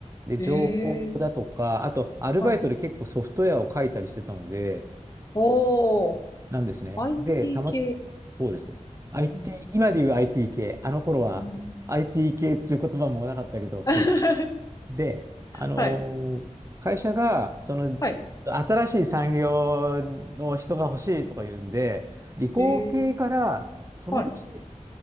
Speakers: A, on the right; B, on the left.
A: で、情報だとか、
B: えー、
A: あと、アルバイトで結構ソフトウェアを書いたりしてたので、
B: はい。おー、
A: なんですね。
B: IT
A: で、たま、
B: 系。
A: そうです。IT、
B: うん
A: 今で言う IT 系、あの頃は
B: うん
A: IT 系っていう言葉もなかったけど、そう、
B: <laughs>
A: で、あのー会社が、
B: はい、
A: その、
B: はい。
A: 新しい産業の人が欲しいとか言うんで、理工系から、
B: えー、
A: その年、
B: はい。